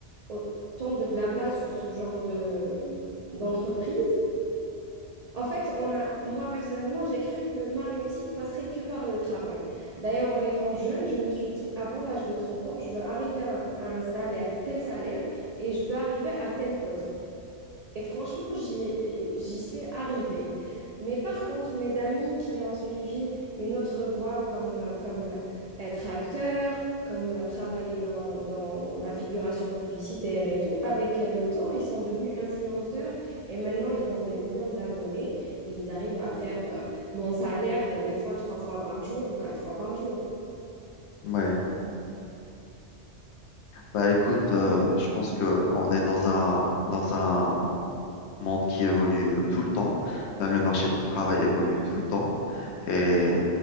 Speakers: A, on the right; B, on the left.
A: autant de blabla sur ce genre de, d'entreprise. En fait, on a, moi personnellement, j'ai cru que ma réussite passerait que par le travail. D'ailleurs, en étant jeune, je me suis dit, avant l'âge de 30 ans, je veux arriver à, à un salaire, tel salaire, et je veux arriver à tel poste. Et franchement, j'y, euh, j'y suis arrivée. Mais par contre, mes amis qui ont suivi une autre voie comme, euh, comme euh, être acteur, comme euh, travailler dans, dans la figuration publicitaire et tout, avec le temps, ils sont devenus influenceurs et maintenant, ils ont des millions d'abonnés et ils arrivent à faire euh, mon salaire euh, des fois trois fois par jour ou quatre fois par jour.
B: Ouais. Bah écoute, euh, je pense que on est dans un dans un monde qui évolue euh, tout le temps. Même le marché du travail évolue tout le temps. Et